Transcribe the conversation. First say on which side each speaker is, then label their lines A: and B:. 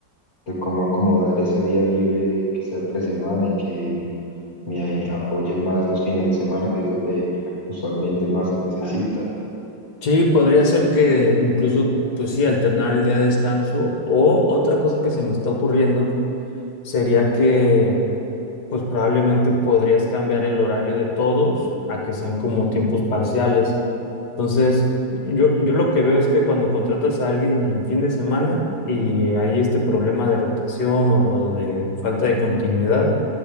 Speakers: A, on the left; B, on the left.
A: de cómo acomodar ese día libre que sea entre semana y que me eh, apoyen más los fines de semana, que es donde usualmente más se necesitan.
B: sí, podría ser que incluso, pues sí, alternar el día de descanso o otra cosa que se me está ocurriendo sería que pues probablemente podrías cambiar el horario de todos a que sean como tiempos parciales. Entonces, yo, yo
A: Mm.
B: lo que veo es que cuando contratas a alguien en fin de semana y hay este problema de rotación o, o de falta de continuidad,